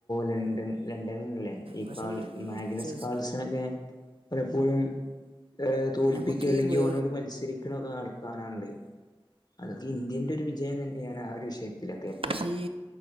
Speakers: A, on the left; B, on the right.
A: ലണ്ടൻ ലണ്ടനിലല്ലേ. ഈ
B: പക്ഷേ
A: കാൾ
B: ഈ
A: മാഗ്നസ്
B: ചെസ്സ്
A: കാൾസനൊക്കെ. പലപ്പോഴും ഏ തോൽപ്പിക്കുക
B: നമുക്ക്
A: അല്ലെങ്കിൽ
B: ഈ വേ
A: ഓനോട് മത്സരിക. ക്രിക്കൊക്കെ കാണാറുണ്ട് അതൊക്കെ ഇന്ത്യന്റെ ഒരു വിജയം തന്നെയാണ് ആ ഒരു വിഷയത്തിലൊക്കെ.
B: പക്ഷേ ഈ